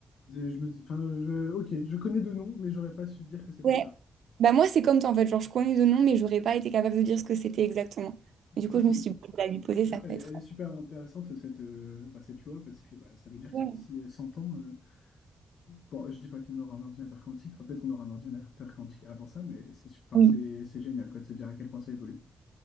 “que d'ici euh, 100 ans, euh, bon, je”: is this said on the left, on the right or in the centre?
Left